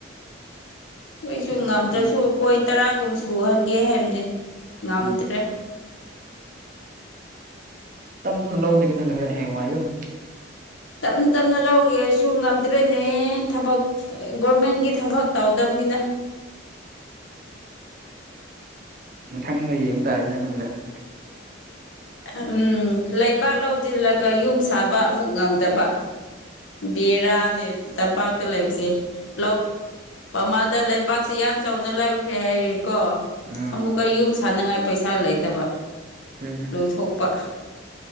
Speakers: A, on the left (about 80°); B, on the right (about 45°).
A: ꯑꯩꯁꯨ
B: ꯑꯁ
A: ꯉꯝꯗ꯭ꯔꯁꯨ
B: ꯈꯪꯗꯦ
A: ꯄꯣꯏꯟ ꯇꯔꯥꯒꯨꯝ ꯁꯨꯍꯟꯒꯦ ꯍꯥꯏꯕꯅꯦ ꯉꯝꯗ꯭ꯔꯦ
B: ꯎꯝ ꯇꯞ ꯇꯞꯅ ꯂꯧꯅ ꯀꯗꯧ ꯍꯔ ꯍꯌꯦꯡꯋꯥꯏ ꯑꯗꯨꯝ
A: ꯇꯞꯅ ꯇꯞꯅ ꯂꯧꯒꯦꯔꯁꯨ ꯉꯝꯗ꯭ꯔꯦꯅꯦ ꯊꯕꯛ ꯒꯣꯔꯃꯦꯟꯒꯤ ꯊꯕꯛ ꯇꯧꯗꯕꯅꯤ ꯅꯤꯅ
B: ꯃꯊꯪꯗ ꯌꯦꯡꯨ ꯇꯥꯔꯁꯤꯅ ꯑꯗꯨꯝ ꯂꯥꯛꯑ
A: ꯎꯝ ꯂꯩꯕꯥꯛ ꯂꯧꯁꯤꯜꯂꯒ ꯌꯨꯝ ꯁꯥꯕ ꯑꯃꯨꯛ ꯉꯝꯗꯕ ꯕꯦꯔꯥꯅꯦ ꯇꯝꯄꯥꯛꯇ ꯂꯩꯕꯁꯦ ꯂꯧ ꯃꯃꯜꯗ ꯂꯩꯕꯥꯛꯁꯤ ꯌꯥꯝ ꯆꯥꯎꯅ ꯂꯧꯈ꯭ꯔꯦ ꯍꯥꯏꯔꯦꯀꯣ
B: ꯎꯝ
A: ꯑꯃꯨꯛꯀ ꯌꯨꯝ ꯊꯥꯅꯉꯥꯏ ꯄꯩꯁꯥ ꯂꯩꯇꯕ
B: ꯑꯗꯨꯅꯦ
A: ꯂꯣꯏꯊꯣꯛꯄ